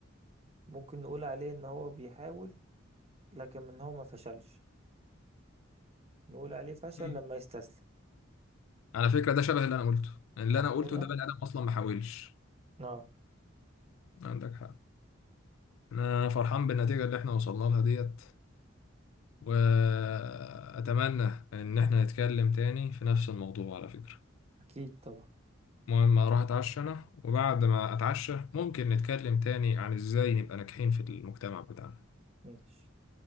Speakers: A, on the right; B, on the left.
A: ممكن نقول عليه ان هو بيحاول لكن من هو ما فشلش نقول عليه فشل
B: مم.
A: لما يستسلم
B: على فكرة ده شبه اللي انا قلته اللي
A: صح
B: انا قلته
A: كده
B: ده بني ادم اصلا ما حاولش
A: اه
B: عندك حق انا فرحان بالنتيجة اللي احنا وصلنا لها ديت واتمنى ان احنا نتكلم تاني في نفس الموضوع على فكرة
A: اكيد طبعا
B: المهم اروح اتعشى انا وبعد ما اتعشى ممكن نتكلم تاني عن ازاي نبقى ناجحين في المجتمع بتاعنا
A: ماشي